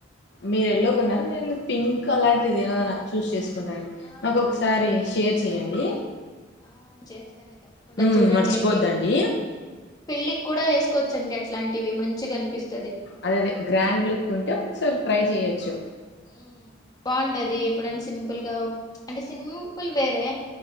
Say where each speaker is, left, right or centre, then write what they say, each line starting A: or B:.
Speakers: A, on the left; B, on the left.
A: మీరు ఎల్లో కొన్నారు నేను పింక్ అలాంటిది ఏదైనా చూస్ చేస్ కుంటా అండి
B: ఆ
A: నాకు ఒకసారి
B: చూడండి
A: షేర్ చెయ్యండి
B: ఆ చేస్తాండి తప్పకుండా
A: ఉమ్
B: చూడండి
A: మర్చిపోద్దండి
B: అయితే ఇప్పుడు <inaudible> పెళ్లికి కూడా వేసుకోవచ్చండి అట్లాంటివి మంచిగా అనిపిస్త
A: అదే అదే గ్రాండ్ లుక్ ఉంటే ఒకసారి ట్రై చెయొచ్చు
B: ఉమ్ బాగుంటది ఎప్పుడనా సింపుల్గా అంటే సింపుల్ వేరే